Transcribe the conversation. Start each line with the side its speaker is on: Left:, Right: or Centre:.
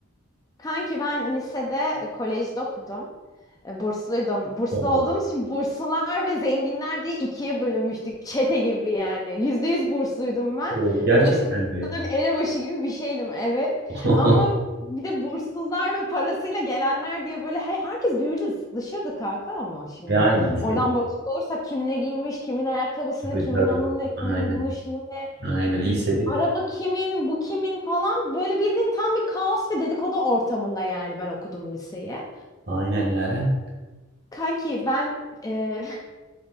Left: Kanki ben lisede kolejde okudum. E, Bursluydum. Burslu
Right: Oo,
Left: olduğumuz için burslular ve zenginler diye ikiye bölünmüştük. Çete gibi yani. Yüzde yüz bursluydum ben.
Right: oo, gerçekten
Left: Bursluların
Right: mi?
Left: elebaşı gibi bir şeydim evet.
Right: <laughs>
Left: Ama bir de burssuzlar ve parasıyla gelenler diye böyle he- herkes birbiriyle zıtlaşırdı kanka ama şimdi.
Right: Ve aynen şey.
Left: Oradan bakacak olursak kim ne giymiş, kimin ayakkabısını,
Right: Tabii
Left: kimin
Right: tabii.
Left: onun ne, kimin
Right: Aynen.
Left: bunun şunu ne.
Right: Aynen lisedik.
Left: Araba kimin, bu kimin falan. Böyle bildiğin tam bir kaos ve dedikodu ortamında yani ben okudum liseye.
Right: Aynen Yaren.
Left: Kanki ben e,